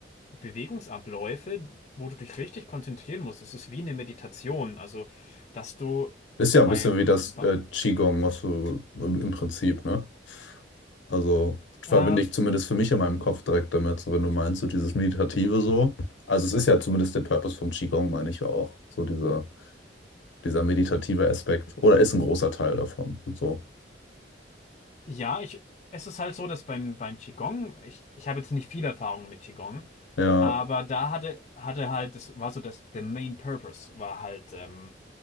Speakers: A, on the left; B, on the left.
A: Bewegungsabläufe, wo du dich richtig konzentrieren musst. Das ist wie eine Meditation. Also, dass du
B: Ist ja ein
A: beim,
B: bisschen wie das
A: ba-
B: äh, Qigong, was du im im Prinzip, ne? Also verbinde
A: äh,
B: ich zumindest für mich in meinem Kopf direkt damit, so wenn du meinst, so dieses Meditative so. Also es ist ja zumindest der Purpose vom Qigong, meine ich ja auch. So dieser, dieser meditative Aspekt. Oder ist ein großer Teil davon. So.
A: ja, ich, es ist halt so, dass beim, beim Qigong, ich, ich habe jetzt nicht viel Erfahrung mit Qigong,
B: Ja,
A: aber da hatte, hatte halt, das war so dass the main purpose war halt ähm,